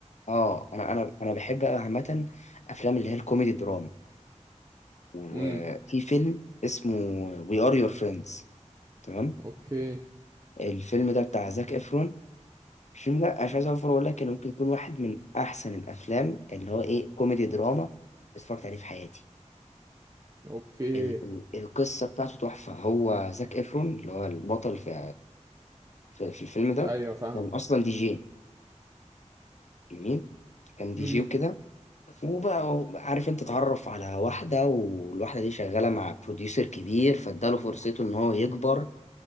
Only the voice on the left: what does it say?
اه انا انا انا بحب قوي عامه افلام اللي هي الكوميدي دراما وفي
فيلم اسمه وي ار يور فريندز تمام
الفيلم ده بتاع زاك افرون الفيلم ده أنا مش عايز اوفر اقول لك انه ممكن يكون واحد من احسن الافلام اللي هو ايه كوميدي دراما اتفرجت عليه في حياتي
ال ال القصة بتاعته تحفة هو زاك إفرون اللي هو البطل في في, في الفيلم ده
كان أصلا دي جي جميل كان دي
جي وكده وبقى هو- عارف أنت اتعرف على واحدة والواحدة دي شغالة مع بروديوسر كبير فاداله فرصته إن هو يكبر